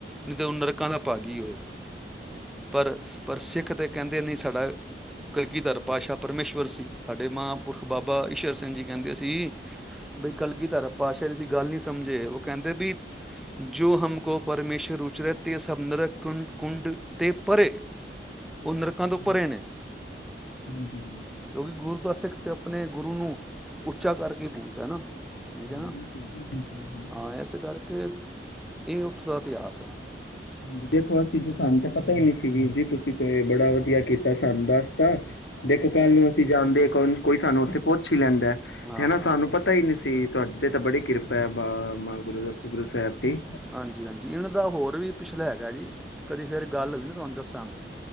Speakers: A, in the centre; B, on the left (about 90°).
A: ਨਹੀਂ ਤਾਂ ਉਹ ਨਰਕਾਂ ਦਾ ਭਾਗ ਹੀ ਹੋਏਗਾ ਪਰ ਪਰ ਸਿੱਖ ਤਾਂ ਕਹਿੰਦੇ ਨਹੀਂ ਸਾਡਾ ਕਲਗੀਧਰ ਪਾਤਸ਼ਾਹ ਪਰਮੇਸ਼ਵੁਰ ਸੀ ਸਾਡੇ ਮਾਂ ਪੁਰਖ ਬਾਬਾ ਈਸ਼ਰ ਸਿੰਘ ਜੀ ਕਹਿੰਦੇ ਸੀ ਬਈ ਕਲਗੀ ਧਾਰ ਪਾਤਸ਼ਾਹ ਦੀ ਤੁਸੀ ਗੱਲ ਨੀ ਸਮਝੇ ਉਹ ਕਹਿੰਦੇ ਵੀ ਜੋ ਹਮ ਕੋ ਪਰਮੇਸ਼ੁਰ ਉਚਰਹਿ ਤੇ ਸਭ ਨਰ ਕੁੰ ਕੁੰਡ ਤੇ ਪਰੇ ਉਹ ਨਰਕਾਂ ਤੋਂ
B: ਹਾਂਜੀ
A: ਭਰੇ ਨੇ
B: ਹਾਂਜੀ ਹਾਂਜੀ
A: ਕਿਉਂਕਿ ਗੁਰ ਸਿੱਖ ਤੇ ਆਪਣੇ ਗੁਰੂ ਨੂੰ ਉੱਚਾ ਕਰਕੇ ਪੂਜਦਾ ਨਾ ਠੀਕ
B: ਹਾਂ
A: ਹੈ ਨਾ
B: ਬਿਲਕੁਲ ਜੀ ਬਿਲਕੁਲ ਹਾਂਜੀ
A: ਹਾਂ ਇਸ ਕਰਕੇ ਇਹ ਉੱਥੋਂ ਦਾ ਇਤਿਹਾਸ ਹੈ
B: ਹਾਂਜੀ ਦੇਖੋ ਅਸੀਂ ਜ ਸਾਨੂੰ ਤੇ ਪਤਾ ਹੀ ਨਹੀਂੀ ਸੀ ਵੀਰ ਜੀ ਤੁਸੀ ਤੇ ਬੜਾ ਵਧੀਆ ਕੀਤਾ ਸਾਨੂੰ ਦੱਸਤਾ ਦੇਖੋ ਕੱਲ ਨੂੰ ਜਾਣਦੇੌਣ ਕੋਈ ਸਾਨੂੰ ਉੱਥੇ ਪੁੱੁੰ ਲੈਂਦਾ
A: ਹਾਂ
B: ਤੇ ਹਨਾ ਸਾਨੂੰ ਪਤਾ ਹੀ ਨਹੀਂ ਸੀ ਤੁਹਾਡਡੀ ਤੇ ਤਾਂ ਬੜੀ ਕਿਰਪਾ ਹੈ ਬਾ ਮੈਂ ਗੁਰੂ ਦੱਸੋ ਗੁਰੂ ਸਾਹਿਬ ਦੀ
A: ਹਾਂਜੀ ਹਾਂਜੀ ਇਹਨਾਂ ਦਾ ਹੋਰ ਵੀ ਪਿਛਲਾ ਹੈਗਾ ਜੀ ਕਦੀ ਫੇਿਰ ਗੱਲ ਹੋਈ ਨਾ ਤੁਹਾਨੂੰ ਦੱਸਾਂਗੇ